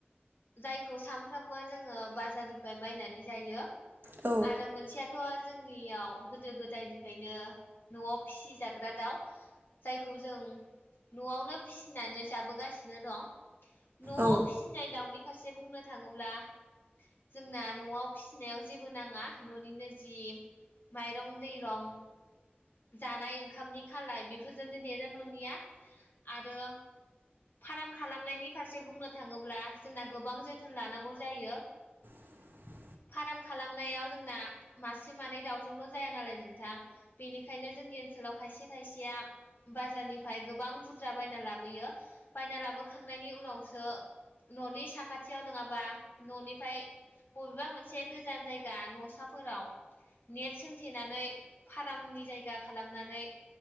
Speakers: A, on the left; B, on the right.
A: जायखौ सानफ्रोमबो जोङो बाजारनिफ्राय बायनानै जायो
B: औ
A: आरो मोनसेया थ' जोंनियाव गोदो गोदायनिफ्रायनो न'आव फिसिजाग्रा दाउ जायखौ जों न'आवनो फिसिनानै जाबोगासिनो दं। न'आव
B: औ
A: फिसिनाय दाउनि फारसे बुंनो थाङोब्ला जोंना न'आव फिसिनायाव जेबो नाङा न'निनो जि माइरं दैरं जानाय ओंखामनि खालाय बेफोरजोंनो देरो न'निया आरो फाराम खालामनायनि फारसे बुंनो थाङोब्ला जोंना गोबां जोथोन लानांगौ जायो।
B: <inaudible>
A: फाराम खालामनायाव जोंना मासे मानै दाउजोंल' जाया नालाय नोंथां बेनिखायनो जोंनि ओनसोलाव खायसे खायसेया बाजारनिफ्राय गोबां बुरजा बायना लाबोयो बायना लाबोखांनायनि उनावसो न'नि साखाथियाव नङाबा न'निफ्राय बबेबा मोनसे गोजान जायगा न'साफोराव नेट सोंथेनानै फारामनि जायगा खालामनानै